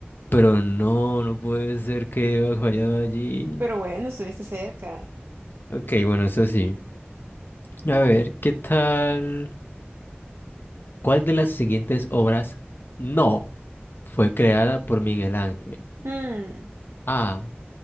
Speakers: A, on the left; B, on the right.
A: Pero no, no puede ser que haya fallado allí.
B: Pero bueno, estuviste cerca.
A: Ok, bueno, eso sí. A ver, ¿qué tal? ¿Cuál de las siguientes obras no fue creada por Miguel Ángel?
B: Hmm,
A: A.